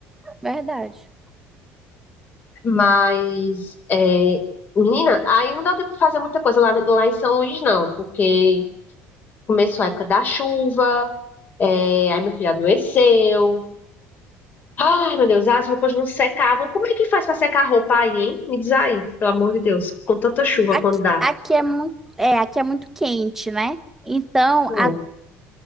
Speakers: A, in the centre; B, on the left.
A: verdade.
B: mas é, menina, aí não deu tempo de fazer muita coisa lá, lá em São Luís, não, porque começou a época da chuva, é, aí meu filho adoeceu. Ai, meu Deus, as roupas não secavam. Como é que faz pra secar a roupa aí, hein? Me diz aí, pelo amor de Deus, com tanta chuva
A: Aqui,
B: quando dá.
A: aqui é muito, é, aqui é muito quente, né? Então,
B: Hum,
A: a